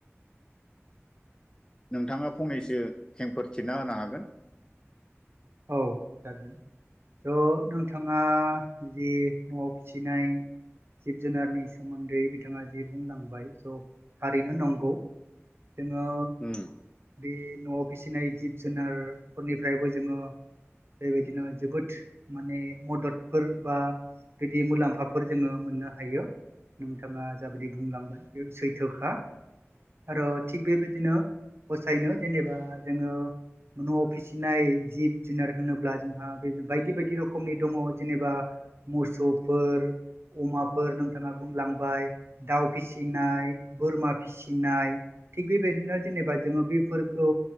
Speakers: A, on the left; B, on the right.
A: नोंथाङा फंनैसो खेंफोरथिना होनो हागोन।
B: औ जागोन। थ' नोंथाङा जि न'आव फिसिनाय जिब जुनारनि सोमोन्दै बिथाङा जि बुंलांबाय स' थारैनो नंगौ। जोङो
A: उम
B: बे न'आव फिसिनाय जिब जुनारफोरनिफ्रायबो जोङो बेबायदिनो जोबोद माने मददफोर बा बिदि मुलाम्फाफोर जोङो मोननो हायो। नोंथाङा जाबायदि बुंलांबाय बे सैथोखा आरो थिग बेबायदिनो फसायनो जेनेबा जोङो न'आव फिसिनाय जिब जुनार होनोब्ला जोंहा बे बायदि बायदि रोखोमनि दङ जेनेबा मोसौफोर अमाफोर नोंथाङा बुंलांबाय दाउ फिसिनाय बोरमा फिसिनाय थिग बेबायदिनो जेनेबा जोङो बेफोरखौ